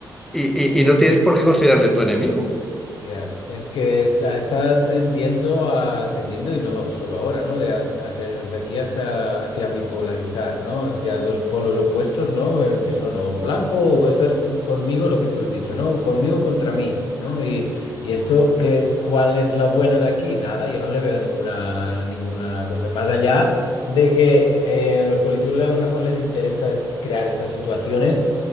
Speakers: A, in the centre; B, on the left (about 85°).
A: y, y y
B: E-
A: no tienes por qué considerarle tu enemigo.
B: Ya, Es que está, está tendiendo a, tendiendo, y no solo ahora, ¿no? De hace, hace años de aquí hasta hacia bipolarizar, ¿no? Hacia dos polos opuestos, ¿no? Eh, que son o blanco o estás conmigo, lo que tú has dicho, ¿no? Conmigo contra mí, ¿no? Y, y esto, ¿qué, cuál es lo bueno de aquí? Nada, yo no le veo ninguna, ninguna cosa. Más allá de que eh, los políticos a lo mejor les interesa es crear estas situaciones